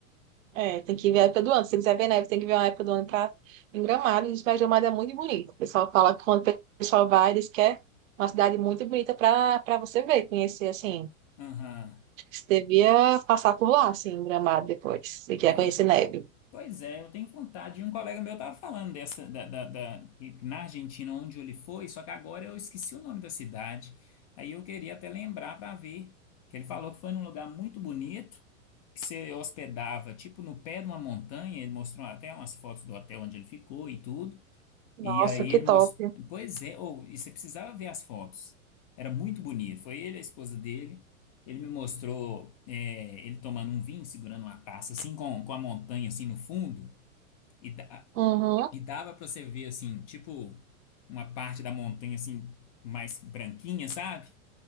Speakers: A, on the right; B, on the left.
A: É, tem que ver a época do ano. Se quiser ver neve, tem que ver uma época do ano pra... em Gramado. E diz, mas Gramado é muito bonito. O pessoal fala que quando o pessoal vai, diz que é uma cidade muito bonita para para você ver, conhecer, assim.
B: Aham.
A: Acho que Você devia passar por lá, assim, em Gramado depois, se quer
B: É,
A: conhecer neve.
B: pois é, eu tenho vontade. E um colega meu tava falando dessa, da, da, da- que na Argentina, onde ele foi, só que agora eu esqueci o nome da cidade. Aí eu queria até lembrar para ver, que ele falou que foi num lugar muito bonito, que você hospedava, tipo, no pé de uma montanha. Ele mostrou até umas fotos do hotel onde ele ficou e tudo.
A: Nossa,
B: E aí
A: que
B: ele
A: top.
B: mostrou. Pois é, ou e você precisava ver as fotos. Era muito bonito. Foi ele, a esposa dele. Ele me mostrou é, ele tomando um vinho, segurando uma taça, assim, com, com a montanha, assim, no fundo. E, da-
A: Uhum,
B: e dava pra você ver, assim, tipo, uma parte da montanha, assim, mais branquinha, sabe?